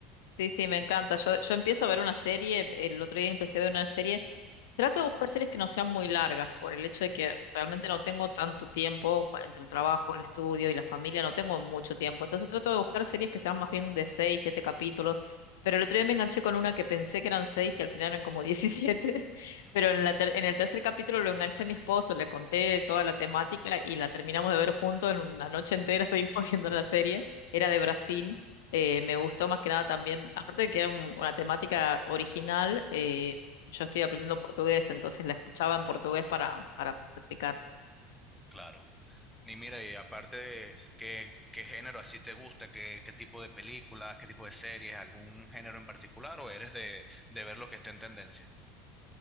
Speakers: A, on the left; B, in the centre.
A: Sí, sí, me encanta. Yo, yo empiezo a ver una serie, el otro día empecé a ver una serie Trato de buscar series que no sean muy largas, por el hecho de que realmente no tengo tanto tiempo cua- entre el trabajo, el estudio y la familia, no tengo mucho tiempo. Entonces trato de buscar series que sean más bien de seis, siete capítulos. Pero el otro día me enganché con una que pensé que eran seis y al final eran como diecisiete <laughs>
B: mm,
A: Pero en la ter- en el tercer capítulo lo enganché a mi esposo, le conté toda la temática y la terminamos de ver juntos en una noche entera, <laughs> estuvimos viendo la serie. Era de Brasil. eh, me gustó más que nada también, aparte de que era un- una temática original, eh, yo estoy aprendiendo portugués, entonces la escuchaba en portugués para, para practicar.
B: claro. Y mira, y aparte de qué, qué género así te gusta, qué, qué tipo de películas, qué tipo de series, algún género en particular, o eres de, de ver lo que está en tendencia.